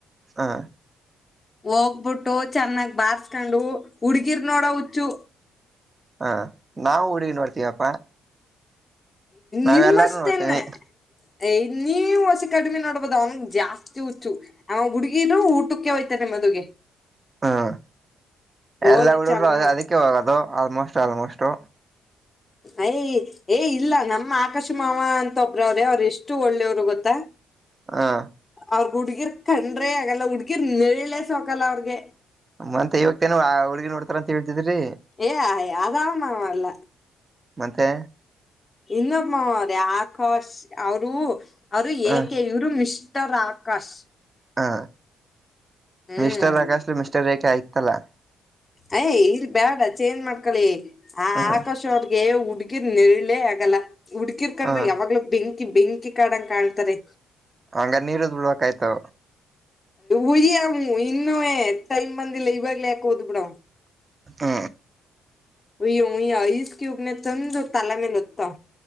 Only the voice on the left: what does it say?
ಹೋಗ್ಬಿಟ್ಟು ಚೆನ್ನಾಗ್ ಬಾರ್ಸ್ಕೊಂಡು ಹುಡ್ಗಿರ್ ನೋಡ ಹುಚ್ಚು
ನಿಮ್ಮಷ್ಟೇನ್ನ,
ಯ ನೀ ವಸಿ ಕಡಿಮೆ ನೋಡ್ಬದು ಅವನ ಜಾಸ್ತಿ ಹುಚ್ಚು ಅವಾಗ ಹುಡುಗೀನು ಊಟಕ್ಕೆ ಹೋತಾನೆ ಮ ಮದುಗೆ.
ಹೋಗಿ
ಚೆನ್ನ
ಅಯ ಏ ಇಲ್ಲ ನಮ್ಮ ಆಕಾಶ ಮಾವ ಅಂತೊಬ್ರವ್ರೇ ಅವ್ರ ಎಷ್ಟು ಒಳ್ಳೆಯವರು ಗೊತ್ತಾ.
ಅವ್ರಗ್ ಹುಡ್ಗಿರ್ ಕಂಡ್ರೆ ಆಗಲ್ಲ ಹುಡ್ಗಿರ್ ನೇರಳೆ ಸೊಕಲ್ಲ ಅವ್ರಗೆ
ಏ ಅದಾವ ಮಾ ಮರ್ಲ್ಲ
ಇನ್ನೊಪ್ಪೆ ಆಕಾಶ್ ಅವರು ಅವರು
ಏಕೆ ಇವರು ಮಿಶ ಉ ತರಾಕಸ್
ಹ್ಮ್
ಯ್ ಇಲ್ ಬ್ಯಾಡ ಚೇನ್ ಮಾಡ್ಕಳಿ ಆ
ಆಕಾಶ ಅವರಗೆ ಹುಡ್ಗಿರ್ ನೇರಳೆ ಆಗಲ್ಲ ಹುಡ್ಗಿರ್ಕಂಡ್ರ
ಯಾವಾಗ್ಲೂ ಬೆಂಕಿ ಬೆಂಕಿ ಕಡಂಗ ಕಾಣತಾರೆ
ಉರಿ ಇನ್ನುೂ ಟೈಮ್ ಬಂದಿಲ ಕುಯ್ದು ಬಿಡ
ಉ ಉಯ ಐಸ್ ಕ್ಯೂಬ್ ತಂದ ತಲೆ ಮೇಲೆ ಒತ್ತ